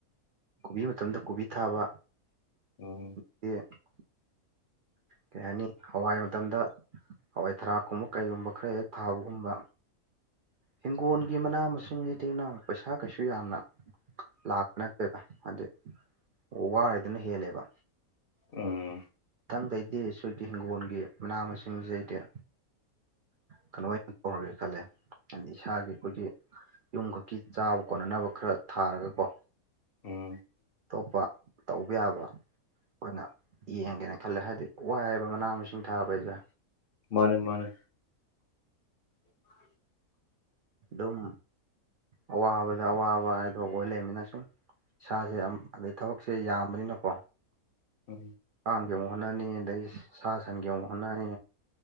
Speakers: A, on the right; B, on the left.
A: ꯕꯤ ꯃꯇꯝꯗꯥ ꯀꯣꯕꯤ ꯊꯥꯕ
B: ꯎꯝ
A: <unintelligible> ꯀꯩ ꯍꯥꯏꯅꯤ ꯍꯋꯥꯏ ꯃꯇꯝꯗꯥ ꯍꯋꯥꯏ ꯊꯔꯥꯛꯀꯨꯝꯕ ꯀꯩꯒꯨꯝꯕ ꯈꯔ ꯍꯦꯛ ꯊꯥꯕꯒꯨꯝꯕ ꯍꯤꯡꯒꯣꯟꯒꯤ ꯃꯅꯥ ꯃꯁꯤꯡ ꯖꯤꯗꯤ ꯏꯅꯥꯎ ꯄꯩꯁꯥ ꯀꯩꯁꯨ ꯌꯥꯝꯅ ꯂꯥꯛꯄ ꯅꯠꯇꯦꯗ ꯍꯥꯏꯗꯤ ꯋꯥꯔꯤꯗꯨꯅ ꯍꯦꯜꯂꯦꯕ
B: ꯎꯝ
A: ꯊꯪꯗꯩꯗꯤ ꯁꯣꯏꯗꯤ ꯍꯤꯡꯒꯣꯜꯒꯤ ꯃꯅꯥ ꯃꯁꯤꯡꯖꯦ ꯍꯩꯇꯦ ꯀꯥꯅꯣ ꯑꯣꯏꯅ ꯇꯧꯔꯒꯦ ꯈꯜꯂꯦ ꯍꯥꯏꯗꯤ ꯏꯁꯥꯒꯤ ꯑꯩꯈꯣꯏꯒꯤ ꯌꯨꯝꯈꯛꯀꯤ ꯆꯥꯕ ꯀꯣꯟꯅꯅꯕ ꯈꯔ ꯊꯥꯔꯒꯀꯣ
B: ꯎꯝ
A: ꯑꯇꯣꯞꯄ ꯇꯧꯕ ꯌꯥꯕ ꯑꯣꯏꯅ ꯌꯦꯡꯒꯦꯅ ꯇꯜꯂꯦ ꯍꯥꯏꯗꯤ ꯋꯥꯏꯑꯕ ꯃꯅꯥ ꯃꯁꯤꯡ ꯊꯥꯕ ꯍꯩꯖꯦ
B: ꯃꯥꯅꯦ ꯃꯥꯅꯦ <inaudible>
A: ꯑꯗꯨꯝ ꯑꯋꯥꯕꯗ ꯑꯋꯥꯕ ꯍꯥꯏꯗꯣ ꯑꯣꯏ ꯂꯩꯃꯤꯅ ꯁꯨꯝ ꯏꯁꯥꯖꯦ ꯌꯥꯝ ꯑꯗꯩ ꯊꯕꯛꯁꯦ ꯌꯥꯝꯕꯅꯤꯅꯀꯣ
B: ꯎꯝ
A: ꯀꯥꯡꯒꯤ ꯑꯃꯨꯛ ꯍꯣꯠꯅꯅꯤ ꯑꯗꯩ ꯁꯥ ꯁꯟꯒꯤ ꯑꯃꯨꯛ ꯍꯣꯠꯅꯅꯤ